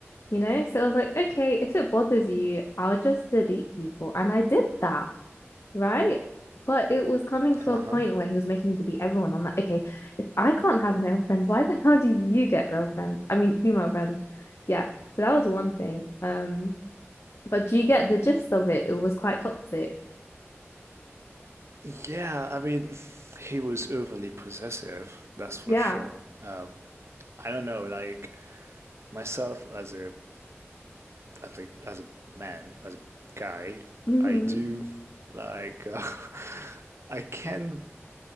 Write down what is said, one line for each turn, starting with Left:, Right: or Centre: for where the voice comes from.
Left: you know? So it was like, okay, if it bothers you, I'll just delete people. And I did that right? But it was coming to
Right: Uh-huh.
Left: a point where he was making me delete everyone. I'm like, okay, if I can't have male friends, why the hell do you get male friends? I mean, female friends. Yeah. So that was one thing. Um, but do you get the gist of it? It was quite toxic.
Right: Yeah, I mean, he was overly possessive, that's for
Left: Yeah.
Right: sure. Um, I don't know, like myself as a, I think as a man, as a guy,
Left: hmm
Right: I do like uh, <laughs> I can,